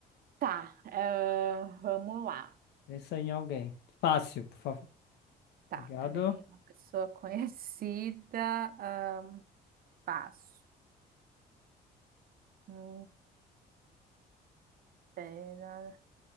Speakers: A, on the right; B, on the left.
A: Tá, ah, vamos lá.
B: Pensa em alguém. Fácil, por favor.
A: Tá,
B: Obrigado.
A: peraí, uma pessoa <laughs> conhecida, ahn, fácil. Hum, pera,